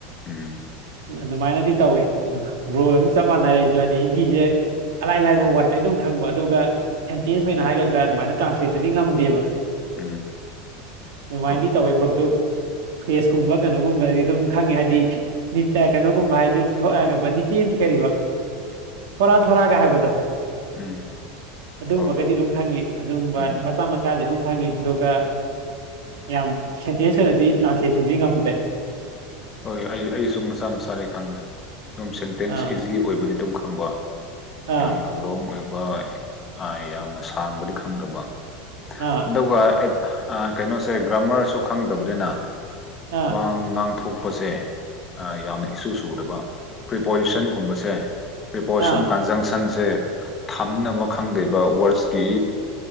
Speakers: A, on the left; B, on the right.
A: ꯎꯝ
B: ꯑꯗꯨꯃꯥꯏꯅꯗꯤ ꯇꯧꯏ ꯑꯗꯨꯒ ꯕ꯭ꯔꯣ ꯒ ꯑꯗꯨꯝ ꯆꯞ ꯃꯥꯟꯅꯔ ꯑꯩ ꯑꯗꯨ ꯍꯥꯏꯗꯤ ꯍꯤꯟꯗꯤꯁꯦ ꯑꯂꯥꯏ ꯂꯥꯏꯕ ꯋꯥꯔꯗꯇꯒꯤ ꯑꯗꯨꯝ ꯈꯪꯕ ꯑꯗꯨꯒ ꯁꯦꯟꯇꯦꯟꯁ ꯑꯣꯏꯅ
A: ꯎꯝ
B: ꯍꯥꯏꯒꯗ꯭ꯔꯥ ꯑꯗꯨꯃꯥꯏꯅ ꯇ꯭ꯔꯥꯟꯁꯂꯦꯠꯇꯗꯤ ꯉꯝꯗꯦꯕ
A: ꯎꯝ
B: ꯑꯗꯨꯃꯥꯏꯅꯗꯤ
A: ꯍꯣꯏ ꯍꯣꯏ
B: ꯇꯧꯋꯦ ꯕ꯭ꯔꯣ ꯑꯗꯨ ꯐ꯭ꯔꯦꯁꯀꯨꯝꯕ ꯀꯩꯅꯣꯒꯨꯝꯕꯗꯤ ꯑꯗꯨꯝ ꯈꯪꯉ‌ꯦ ꯍꯥꯏꯗꯤ ꯐꯤ ꯅꯤ ꯀꯩꯅꯣꯒꯨꯝꯕ ꯍꯥꯏꯗꯤ ꯊꯣꯛꯒꯕꯅꯤ ꯅꯤꯆꯦꯟ ꯀꯔꯤꯕ ꯐꯣꯔꯥ ꯊꯣꯔꯥ ꯒ ꯍꯥꯏꯕꯗ‌ꯣ
A: ꯎꯝ
B: ꯑꯗꯨꯝꯕꯒꯗꯤ
A: ꯍꯣꯏ ꯍꯣꯏ
B: ꯑꯗꯨꯝ ꯈꯪꯉ‌ꯦ ꯑꯗꯨꯝꯕ
A: ꯎꯝ
B: ꯃꯆꯥ ꯃꯆꯥꯗꯤ ꯑꯗꯨꯝ ꯈꯪꯉꯤ ꯑꯗꯨꯒ ꯌꯥꯝ ꯁꯦꯟꯇꯦꯟꯁ ꯑꯣꯏꯅꯗꯤ ꯇ꯭ꯔꯥꯟꯁꯂꯦꯁꯟꯗꯤ ꯉꯝꯗ‌ꯦ
A: ꯍꯣꯏ ꯑꯩ ꯑꯩꯁꯨ ꯃꯆꯥ ꯃꯆꯥꯗꯤ ꯈꯪꯉꯦ ꯑꯗꯨꯝ ꯁꯦꯟꯇꯦꯟꯁ
B: ꯑꯥ
A: ꯏꯖꯤ ꯑꯣꯏꯕꯗꯤ ꯑꯗꯨꯝ ꯈꯪꯕ
B: ꯑꯥ
A: ꯌꯥꯝꯅ ꯂꯣꯡ ꯑꯣꯏꯕ ꯑ‌ꯦ ꯑꯥ ꯌꯥꯝꯅ ꯁꯥꯡꯕꯗꯤ ꯈꯪꯗꯕ
B: ꯑꯥ
A: ꯑꯗꯨꯒ ꯑꯦ ꯑꯥ ꯀꯩꯅꯣꯁꯦ ꯒ꯭ꯔꯥꯃꯥꯔꯁꯨ ꯈꯪꯗꯕꯅꯤꯅ
B: ꯑꯥ
A: ꯋꯥ ꯉꯥꯡꯊꯣꯛꯄꯁꯦ ꯑꯥ ꯌꯥꯝꯅ ꯏꯁꯨ ꯁꯨꯗꯕ ꯄ꯭ꯔꯤꯄꯣꯖꯤꯁꯟꯒꯨꯝꯕꯁꯦ ꯄ꯭ꯔꯤꯄꯣꯖꯤꯁꯟ
B: ꯑꯥ
A: ꯀꯟꯖꯪꯁꯟ ꯁꯦ ꯊꯝꯅꯕ ꯈꯪꯗ‌ꯦꯕ ꯋꯥꯔꯁꯀꯤ